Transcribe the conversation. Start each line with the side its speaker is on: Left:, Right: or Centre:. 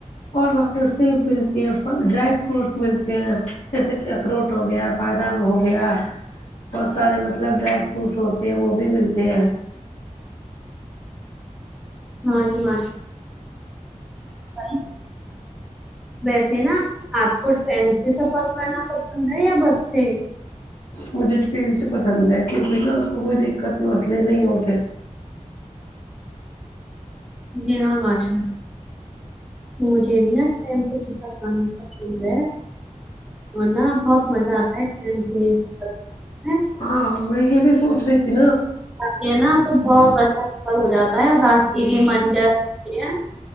Left: اور واں پر سیب ملتی ہے پ ڈرائی فروٹس ملتی ہیں جیسے کہ اخروٹ ہو گیا بادام ہو گیا بہت سارے مطلب ڈرائی فروٹس ہوتے ہیں وہ بھی ملتے ہیں
Centre: ہاں جی ماش <unintelligible> ویسے نا آپ کو ٹرین سے سفر کرنا پسند ہے یا بس سے
Left: مجھے ٹرین سے پسند ہے کیونکہ نا اس میں کوئی دقت مسلے نہیں ہوتے
Centre: جی ہاں ماشا مجھے بھی نا ٹرین سے سفر کرنا پسند ہے اور نا بہت مزہ آتا ہے ٹرین سے کرنے میں
Left: ہاں میں یہ بھی سوچ رہی تھی نا
Centre: آ ہیں نا تو بہت اچھا سفر ہو جاتا ہے اور راستے کی منجر ہے